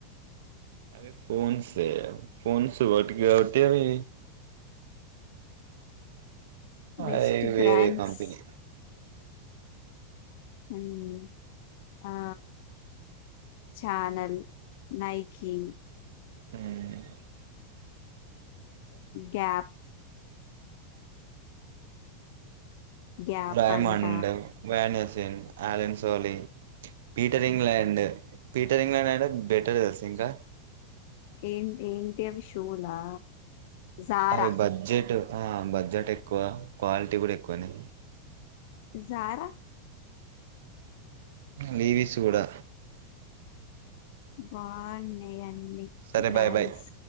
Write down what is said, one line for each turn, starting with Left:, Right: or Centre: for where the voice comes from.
Right: అవి ఫాన్స్ ఫోన్స్ వటికి కాబట్టి అవి
Left: బెస్ట్
Right: అయి వేరే
Left: బ్రాండ్స్
Right: కంపెనీ
Left: ఉమ్ ఆ చానల్ నైకిీ
Right: ఉమ్
Left: గ్యాప్ గ్యాప్
Right: రాయమడ్
Left: అంట
Right: వేనేస్ దిన్ Allen Solly Peter England Peter England అయనా బెటర్ దెల్సా ఇంకా
Left: ఏంటి ఏంటి అవి షూలా జారా
Right: అవి బడ్జెట్ ఆ బడ్జెట్ ఎక్కువ క్వాలిటీ కూడా ఎక్కువనే
Left: జారా
Right: లీవీస్ కూడా
Left: బెన్నై అన్ని
Right: సరే
Left: బ్రాండ్స్
Right: బాయ్ బాయ్